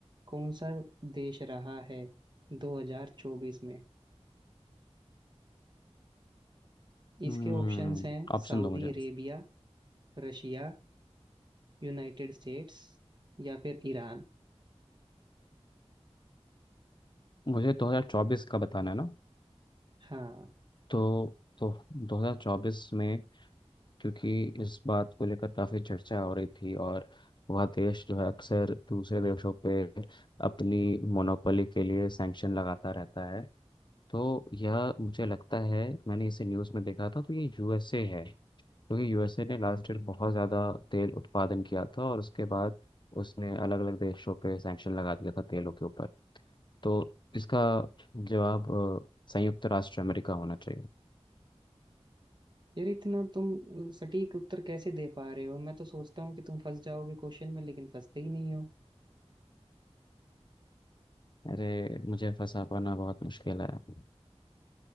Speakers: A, on the right; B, on the left.
A: कौन सा देश रहा है 2024 में इसके
B: हम्म
A: ऑप्शंस हैं
B: ऑप्शन
A: Saudi
B: दो मुझे
A: Arabia Russia United States या फिर ईरान
B: मुझे 2024 का बताना है ना
A: हाँ
B: तो तो 2024 में क्योंकि इस बात को लेकर काफ़ी चर्चा हो रही थी और वह देश जो है अक्सर दूसरे देशों पे अपनी मोनोपोली के लिए सैंक्शन लगाता रहता है तो यह मुझे लगता है मैंने इसे न्यूज़ में देखा था तो ये यूएसए है क्योंकि यूएसए ने लास्ट ईयर बहुत ज़्यादा तेल उत्पादन किया था और उसके बाद उसने अलग अलग देशों पे सैंक्शन लगा दिया था तेलों के ऊपर तो इसका जवाब अ, संयुक्त राष्ट्र अमेरिका होना चाहिए
A: यार इतना तुम अ, सटीक उत्तर कैसे दे पा रहे हो मैं तो सोचता हूँ कि तुम फंस जाओगे क्वेश्चन में लेकिन फंसते ही नहीं हो
B: अरे मुझे फंसा पाना बहुत मुश्किल है